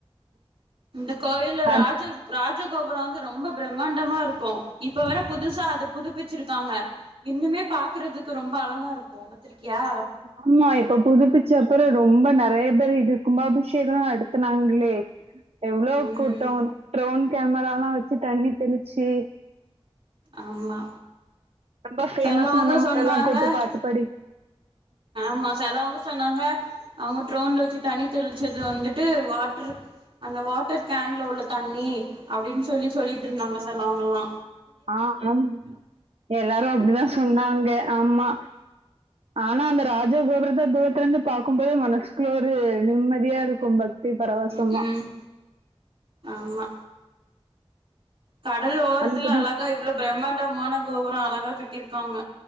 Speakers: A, on the right (about 65°); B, on the right (about 85°).
A: இந்த கோயில்ல
B: அது-
A: ராஜ ராஜகோபுரோ வந்து ரொம்ப பிரம்மாண்டமா இருக்கு இப்ப வேற புதுசா அத புதுப்பிச்சிருக்காங்க இன்னுமே பாக்கறது க்கு ரொம்ப அழகா இருக்கு பாத்திருக்கியா
B: ஆமா இப்போ புதுப்பிச்ச அப்ரோ ரொம்ப நெறைய பேர் இது கும்பாபிஷேகோ ந டத்னாங்களே எவ்வளோ
A: ம்
B: கூட்டொ டிரோன் கேமராலா வெச்சு தண்ணி தெளிச்சு
A: ஆமா
B: ரொம்ப ஃபேமஸ்
A: செலவங்க
B: ஆனாவங்கல்லா
A: சொன்னாங்க
B: கூட்டு பாட்டுப்பாடி
A: ஆமா செலவங்க சொன்னாங்க அவுங்க ட்ரோன்ல வெச்சு தண்ணி தெளிச்சது வந்துட்டு வாட்ரு அந்த வாட்டர் கேன்ல உள்ள தண்ணி அப்டின்னு சொல்லி சொல்லிட்டு இருந்தாங்க செலவங்லா
B: ஆ ஆ எல்லாரு அப் டிதா சொன்னாங்க ஆமா ஆனா அந்த ராஜ கோபுரத தூரத்ல இருந்து பாக்கும்போதே மனசுக்குள்ள ஒரு நிம்மதியா இருக்கு பக் தி பரவசமா
A: ம் ம் ஆமா கடல் ஓரத்துல
B: அந்தது
A: அழகா இவ்ளோ பிரம்மாண்டமான கோபுரோ அழகா கட்டிருக்காங்க.